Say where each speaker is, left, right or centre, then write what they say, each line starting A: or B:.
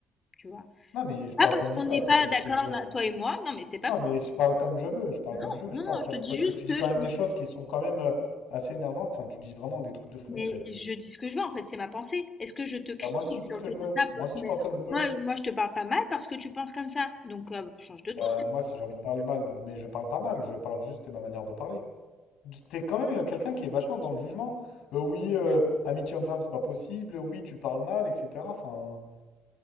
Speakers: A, on the left (about 30°); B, on the left (about 75°).
A: tu vois.
B: Non, mais je parle
A: Pas parce
B: comme
A: qu'on
B: je veux
A: n'est
B: après
A: pas
B: toi,
A: d'accord,
B: si je veux.
A: là, toi et moi, non, mais c'est pas.
B: Non, mais je parle comme je veux, je parle
A: Non,
B: comme je veux,
A: non,
B: je parle.
A: non,
B: Enfin,
A: je te dis
B: parce
A: juste
B: que tu dis
A: que
B: quand
A: je.
B: même des choses qui sont quand même euh, assez énervantes. Enfin, tu dis vraiment des trucs de fou,
A: Mais
B: en fait.
A: je dis ce que je veux, en fait, c'est ma pensée. Est-ce que je te critique
B: Bah, moi aussi, je dis
A: sur
B: ce
A: le
B: que
A: fait
B: je veux.
A: de tape
B: Moi aussi,
A: Mais
B: je parle comme je veux.
A: moi, moi, je te parle pas mal parce que tu penses comme ça. Donc, euh, change de ton.
B: Bah, moi, si j'ai envie de parler mal, mais je parle pas mal, je parle juste, c'est ma manière de parler. Tu- T'es quand même euh, quelqu'un qui est vachement dans le jugement. Euh, oui, euh, amitié homme-femme, c'est pas possible. Oui, tu parles mal, etc. Enfin,